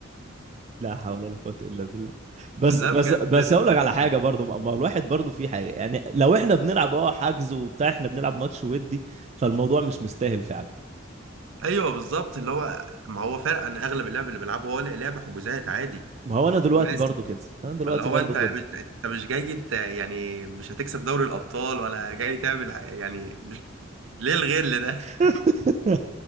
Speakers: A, on the right; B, on the right.
A: لا حول ولا قوة الا بالله بس
B: <laughs> لا
A: بس
B: بجد
A: بس
B: ناس
A: اقول
B: غريبة
A: لك على حاجة برضو ما ما الواحد برضو في حاجة يعني لو احنا بنلعب اه حجز وبتاع احنا بنلعب ماتش ودي فالموضوع مش مستاهل فعلا
B: ايوه بالظبط اللي هو ما هو فعلا عن اغلب اللعب اللي بيلعبه هو لا لعب حجوزات عادي
A: ما هو انا دلوقتي
B: خماسي
A: برضو كده انا دلوقتي
B: اللي هو
A: برضو
B: انت
A: كده
B: مش انت مش جاي ت- يعني مش هتكسب دوري الابطال ولا جاي تعمل ح- يعني مش ليه الغل ده
A: <laughs>